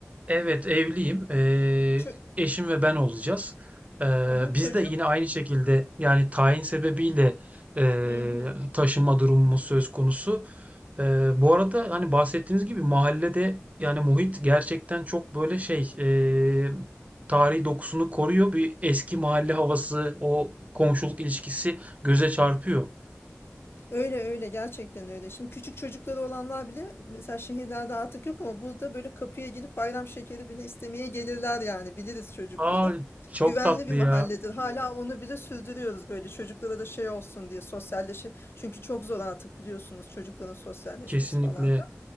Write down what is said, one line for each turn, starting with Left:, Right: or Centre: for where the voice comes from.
Right: Evet evliyim. Eee,
Left: Çö
Right: eşim ve ben olacağız. Eee,
Left: Aha
Right: biz
Left: çocuk.
Right: de yine aynı şekilde yani tayin sebebiyle eee,
Left: Hı hı.
Right: taşınma durumumuz söz konusu. Eee, bu arada hani bahsettiğiniz gibi mahallede yani muhit gerçekten çok böyle şey eee tarihi dokusunu koruyor. Bir eski mahalle havası, o komşuluk ilişkisi göze çarpıyor.
Left: Öyle öyle gerçekten öyle. Şimdi küçük çocukları olanlar bile mesela şehirlerde artık yok ama burada böyle kapıya gelip bayram şekeri bile istemeye gelirler yani biliriz çocukları.
Right: Aa, çok
Left: Güvenli
Right: tatlı
Left: bir
Right: ya.
Left: mahalledir. Hala onu bile sürdürüyoruz böyle çocuklara da şey olsun diye sosyalleşi. Çünkü çok zor artık biliyorsunuz çocukların sosyalleşmesi
Right: Kesinlikle.
Left: falan da.